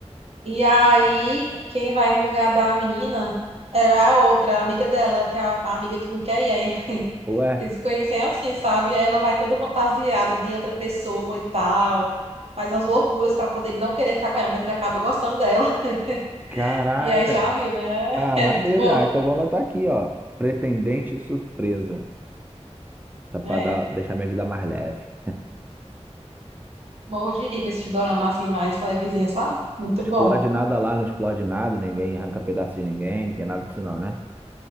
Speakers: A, on the right (about 60°); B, on the right (about 15°).
A: E aí, quem vai no lugar da menina é a outra, a amiga dela, que é a a amiga que não quer ir. Aí
B: <laughs> Ué,
A: Eles se conhecem assim, sabe? Aí Ela vai toda fantasiada de outra pessoa e tal. Faz umas loucuras pra poder não querer ficar com ela, mas ele acaba gostando dela. <laughs>
B: caraca.
A: E aí já viu, né? <laughs>
B: Ah,
A: É
B: maneiro.
A: muito bom,
B: Ah, então vou anotar aqui, ó. Pretendente surpresa. Tá
A: né?
B: pra dar, deixar minha vida mais leve.
A: Morro de rico esse dorama assim, mais levezinho, sabe? Muito
B: Não explode
A: bom.
B: nada lá, não explode nada, ninguém arranca pedaço de ninguém, não tem nada disso não, né?